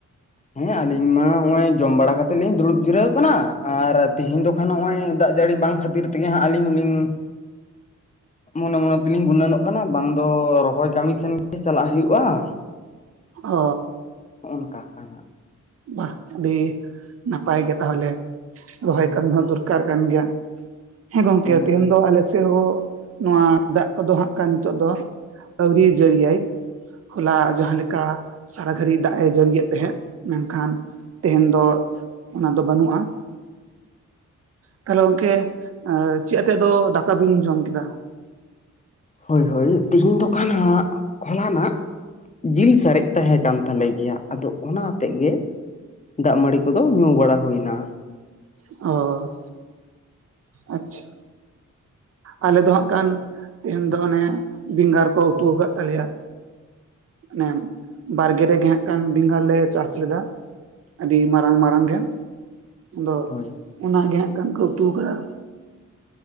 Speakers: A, on the left; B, on the right.
A: ᱦᱮᱸ ᱟᱞᱤᱧ ᱢᱟ ᱦᱚᱜ-ᱚᱭ ᱡᱚᱢ ᱵᱟᱲᱟ ᱠᱟᱛᱮ ᱞᱤᱧ ᱩᱲᱩᱵᱽ ᱡᱤᱨᱟᱹᱣ ᱠᱟᱱᱟ, ᱟᱨ ᱛᱤᱦᱤᱧ ᱫᱚ ᱠᱷᱟᱱ ᱱᱚᱜ-ᱚᱭ ᱫᱟᱜ ᱡᱟᱹᱲᱤ ᱵᱟᱝ ᱠᱷᱟᱹᱛᱤᱨ ᱠᱷᱟᱹᱛᱤᱨ ᱛᱮᱜᱮ ᱦᱟᱸᱜ ᱟᱹᱞᱤᱧ ᱦᱚᱸᱞᱤᱧ- ᱢᱚᱱᱮ ᱢᱚᱱᱮ ᱛᱮ ᱞᱤᱧ ᱜᱩᱱᱟᱹᱱᱚᱜ ᱠᱟᱱᱟ ᱵᱟᱝ ᱫᱚ ᱨᱚᱦᱚᱭ ᱠᱟᱹᱢᱤ ᱥᱮᱱ ᱜᱮ ᱪᱟᱞᱟᱜ ᱦᱩᱭᱩᱜ-ᱟ᱾ <inaudible>
B: ᱚᱻ ᱾
A: ᱚᱱᱠᱟ ᱠᱟᱱᱟ᱾
B: ᱵᱟ, ᱟᱹᱰᱤ ᱱᱟᱯᱟᱭ ᱜᱮ ᱛᱟᱦᱚᱞᱮ᱾ ᱨᱚᱦᱚᱭ ᱠᱟᱢᱤ ᱦᱚᱸ ᱫᱚᱨᱠᱟᱨ ᱠᱟᱱ ᱜᱮᱭᱟ ᱦᱮᱸ ᱜᱚᱝᱠᱮ
A: ᱮᱠᱫᱚᱢ ᱮᱠᱫᱚᱢ
B: ᱛᱮᱦᱮᱧ ᱫᱚ ᱟᱞᱮ ᱥᱮᱫ ᱦᱚᱸᱼᱼ ᱱᱚᱣᱟ ᱫᱟᱜ ᱠᱚᱫᱚ ᱦᱟᱸᱜ ᱠᱟᱱ ᱱᱤᱛᱚᱜ ᱫᱚ ᱟᱹᱣᱨᱤ ᱡᱟᱹᱲᱤᱭᱟᱭ ᱦᱚᱞᱟ ᱡᱟᱦᱟᱸᱮ ᱞᱮᱠᱟᱼᱼ ᱠᱟ ᱥᱟᱨᱟ ᱜᱷᱟᱹᱲᱤ ᱫᱟᱜ ᱮ ᱡᱟᱹᱲᱤᱭᱮᱫ ᱛᱟᱦᱮᱸᱫ᱾ ᱢᱮᱱᱠᱷᱟᱱ ᱛᱮᱦᱮᱧ ᱫᱚ ᱚᱱᱟ ᱫᱚ ᱵᱟᱹᱱᱩᱜᱼᱟ᱾ ᱛᱟᱦᱞᱮ ᱜᱚᱝᱠᱮ ᱪᱮᱫ ᱟᱛᱮᱫ ᱫᱚ ᱫᱟᱠᱟ ᱵᱤᱱ ᱡᱚᱢ ᱠᱮᱫᱟ?
A: ᱦᱳᱭ ᱦᱳᱭ ᱛᱤᱦᱤᱧ ᱫᱚ ᱠᱟᱱᱟ ᱦᱳᱞᱟᱱᱟᱜᱼᱼ ᱡᱤᱞ ᱥᱟᱨᱮᱡ ᱛᱟᱦᱮᱸ ᱠᱟᱱ ᱛᱟᱞᱮ ᱜᱮᱭᱟ ᱟᱫᱚ ᱚᱱᱟ ᱟᱛᱮᱫ ᱜᱮᱼᱼ ᱫᱟᱜ ᱢᱟᱹᱲᱤ ᱠᱚᱫᱚ ᱧᱩ ᱵᱟᱲᱟ ᱦᱩᱭᱱᱟ᱾
B: ᱚ᱾ ᱟᱪᱪᱷᱟ ᱟᱞᱮ ᱫᱚ ᱦᱟᱸᱜ ᱠᱟᱱ ᱛᱮᱦᱮ ᱫᱚ ᱚᱱᱮ ᱵᱮᱸᱜᱟᱨ ᱠᱚ ᱩᱛᱩ ᱟᱠᱟᱫ ᱛᱟᱞᱮᱭᱟ᱾ ᱮ ᱵᱟᱨᱜᱮ ᱨᱮᱜᱮ ᱦᱟᱜ ᱠᱷᱟᱱ ᱵᱮᱸᱜᱟᱲ ᱞᱮ ᱪᱟᱥ ᱞᱮᱫᱟ᱾ ᱟᱹᱰᱤ ᱢᱟᱨᱟᱝ ᱢᱟᱨᱟᱝ ᱢᱟᱨᱟᱝ ᱜᱮ᱾ ᱟᱫᱚ
A: ᱦᱳᱭ
B: ᱚᱱᱟᱜ ᱜᱮ ᱦᱟᱜ ᱠᱷᱟᱱ ᱠᱚ ᱩᱛᱩᱠᱟᱫᱟ᱾